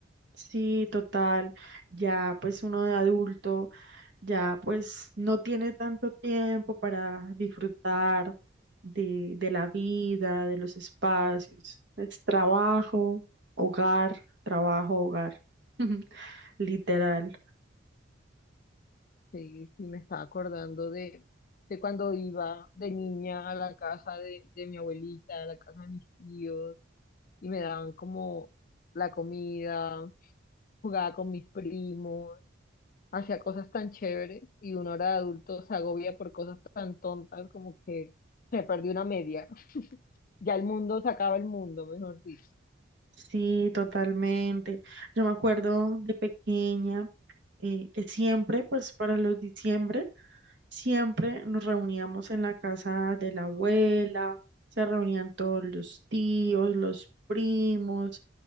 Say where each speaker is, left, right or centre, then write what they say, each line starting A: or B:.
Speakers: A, on the right; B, on the left.
A: Sí, total, ya pues uno de adulto. ya pues no tiene tanto tiempo para disfrutar de, de la vida, de los espacios. Es trabajo, hogar, trabajo, hogar, <laughs> literal.
B: Sí, sí, me estaba acordando de, de cuando iba de niña a la casa de, de mi abuelita, a la casa de mis tíos y me daban como la comida jugaba con mis primos, hacia cosas tan chéveres y uno ahora de adulto se agobia por cosas tan tontas como que se perdió una media. <laughs> Ya el mundo se acaba el mundo, mejor dicho.
A: Sí, totalmente. Yo me acuerdo de pequeña eh, que siempre, pues para los diciembre, siempre nos reuníamos en la casa de la abuela, se reunían todos los tíos, los primos.